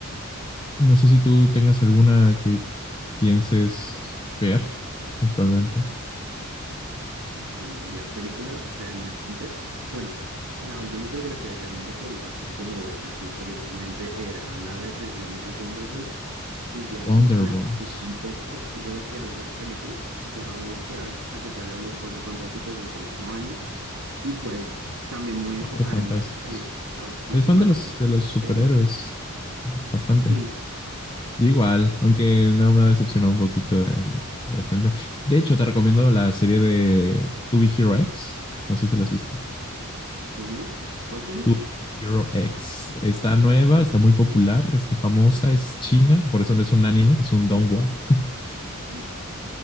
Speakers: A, on the left (about 20°); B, on the right (about 85°).
A: No sé si tú tengas alguna que pienses ver actualmente.
B: Bueno, ya películas realmente, bueno, la última película que realmente quería así como ver así fervientemente era la de precisamente Thunderbolts y ya
A: Thunderbolts.
B: como que me apatizó un poco eso de querer ver películas, ya voy a esperar a que salgan los Cuatro Fantásticos de este mismo año Y pues también me voy a
A: Cuatro
B: enfocar
A: fantásticos.
B: en ver series, ¿sabes? Tipo
A: ¿Eres fan
B: maratón
A: de los, de
B: de
A: los superhéroes?
B: series.
A: Bastante.
B: Sí,
A: Yo igual, aunque no me decepcionó un poquito el, el género. De hecho, te recomiendo la serie de To Be Hero X. No sé si la has visto.
B: ¿cómo? ¿Cuál serie?
A: To Be Hero X. Está nueva, está muy popular, está famosa, es china. Por eso no es un anime, es un donghua. <laughs>
B: Mm,